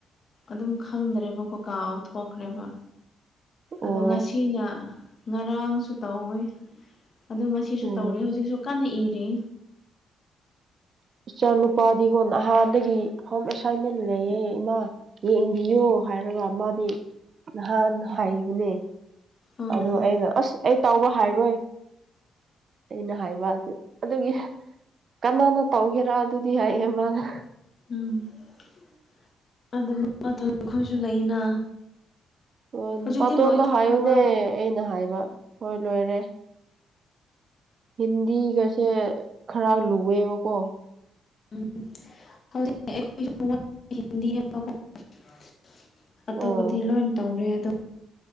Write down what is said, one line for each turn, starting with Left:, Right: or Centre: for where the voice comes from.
Left: ꯑꯗꯨꯝ ꯈꯪꯗ꯭ꯔꯦꯕꯀꯣ ꯀꯥꯎꯊꯣꯛꯈ꯭ꯔꯦꯕ
Right: ꯑꯣ
Left: ꯑꯗꯣ ꯉꯁꯤꯅ ꯉꯔꯥꯡꯁꯨ ꯇꯧꯋꯦ ꯑꯣ ꯉꯁꯤꯁꯨ
Right: ꯎꯝ
Left: ꯇꯧꯔꯦ ꯍꯧꯖꯤꯛꯁꯨ ꯀꯟꯅ ꯏꯔꯤ
Right: ꯏꯆꯥ ꯅꯨꯨꯄꯥꯗꯤꯀꯣ ꯅꯍꯥꯟꯗꯒꯤ ꯍꯣꯝ ꯑꯦꯁꯥꯏꯟꯃꯦꯟ ꯂꯩꯌꯦ ꯏꯃꯥ ꯌꯦꯡꯕꯤꯌꯣ ꯍꯥꯏꯔꯒ ꯃꯥꯗꯤ ꯅꯍꯥꯟ ꯍꯥꯏꯕꯅꯦ
Left: ꯎꯝ
Right: ꯑꯗꯣ ꯑꯩꯅ ꯑꯁ ꯑꯩ ꯇꯧꯕ ꯍꯥꯏꯔꯣꯏ ꯑꯩꯅ ꯍꯥꯏꯕ ꯑꯗꯨꯒꯤ ꯀꯅꯥꯅ ꯇꯧꯒꯦꯔꯥ ꯑꯗꯨꯗꯤ ꯍꯥꯏꯌꯦ ꯃꯥꯅ
Left: ꯎꯝ ꯑꯗ ꯑꯩꯈꯣꯏꯁꯨ ꯂꯩꯅ
Right: ꯑꯣ
Left: ꯍꯧꯖꯤꯛꯇꯤ
Right: ꯄꯥꯇꯣꯟꯗ
Left: ꯂꯣꯏꯊꯣꯛꯈ꯭ꯔꯕ
Right: ꯍꯥꯏꯌꯨꯅꯦ ꯑꯩꯅ ꯍꯥꯏꯕ ꯍꯣꯏ ꯂꯣꯏꯔꯦ ꯍꯤꯟꯗꯤꯒꯁꯦ ꯈꯔ ꯂꯨꯑꯦꯕꯀꯣ
Left: ꯎꯝ ꯍꯧꯖꯤꯛꯇꯤ ꯑꯩꯈꯣꯢꯁꯨ <unintelligible> ꯑꯇꯣꯞꯄꯗꯤ
Right: ꯑꯣ
Left: ꯂꯣꯏ ꯇꯧꯔꯦ ꯑꯗꯣ